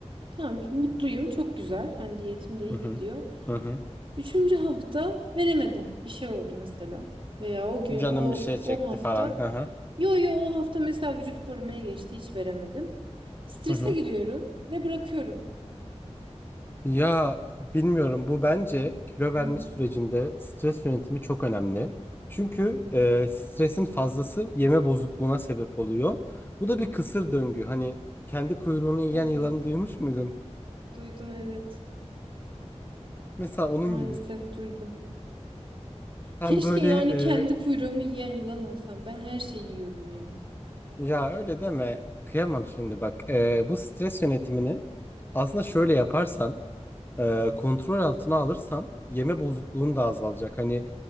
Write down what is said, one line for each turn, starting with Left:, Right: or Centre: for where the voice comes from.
Right: Tamam mutluyum çok güzel hani diyetim de iyi
Left: Hı
Right: gidiyor.
Left: hı. Hı hı.
Right: Üçüncü hafta veremedim bir şey oldu mesela. Veya o gün
Left: Canım
Right: o
Left: bir şey
Right: o
Left: çekti
Right: hafta
Left: falan. Hı hı.
Right: yo yo o hafta mesela vücut korumaya geçti hiç veremedim. Strese
Left: Hı hı.
Right: giriyorum ve bırakıyorum.
Left: Ya bilmiyorum bu bence kilo
Right: Hmm.
Left: verme sürecinde stres yönetimi çok önemli. Çünkü e, stresin fazlası yeme bozukluğuna sebep oluyor. Bu da bir kısır döngü. Hani kendi kuyruğunu yiyen
Right: Evet
Left: yılanı duymuş muydun?
Right: duydum evet
Left: Mesela onun
Right: maalesef
Left: gibi.
Right: duydum. Keşke
Left: Sen böyle
Right: yani
Left: e,
Right: kendi kuyruğumu yiyen yılan olsam. Ben her şeyi yiyorum ya.
Left: ya öyle deme kıyamam şimdi bak. E, bu stres yönetimini aslında şöyle yaparsan e, kontrol altına alırsan yeme bozukluğun da azalacak. Hani